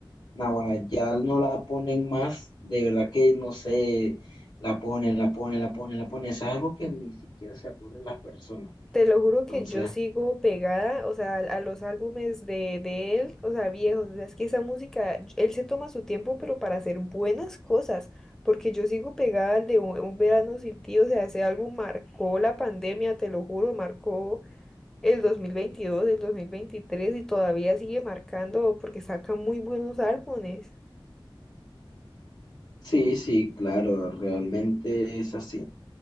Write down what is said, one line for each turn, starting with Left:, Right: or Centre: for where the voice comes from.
Left: Naguará, ya no la ponen más, de verdad que no sé, la ponen, la ponen, la ponen, la ponen, eso es algo que ni siquiera se aburren las personas.
Centre: Te lo juro
Left: Entonces,
Centre: que yo sigo pegada, o sea, a, a los álbumes de, de él, o sea, viejos, o sea, es que esa música, él se toma su tiempo, pero para hacer buenas cosas, porque yo sigo pegada al de un, Un verano sin ti, o sea, ese álbum marcó la pandemia, te lo juro, marcó el 2022, el 2023 y todavía sigue marcando porque saca muy buenos álbumes.
Left: sí, sí, claro, realmente es así.